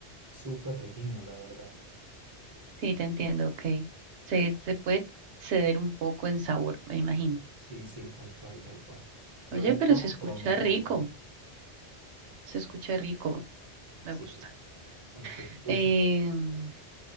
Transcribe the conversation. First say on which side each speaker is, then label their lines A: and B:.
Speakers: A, on the right (about 25°); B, on the right (about 75°).
A: súper relleno, la verdad.
B: sí, te entiendo, ok. Se, se puede ceder un poco en sabor, me imagino.
A: Sí, sí, tal cual, tal cual. Yo
B: Oye,
A: le
B: pero
A: como,
B: se escucha
A: pero muy poco.
B: rico, se escucha rico, me
A: Sí,
B: gusta.
A: este, escucha
B: Em,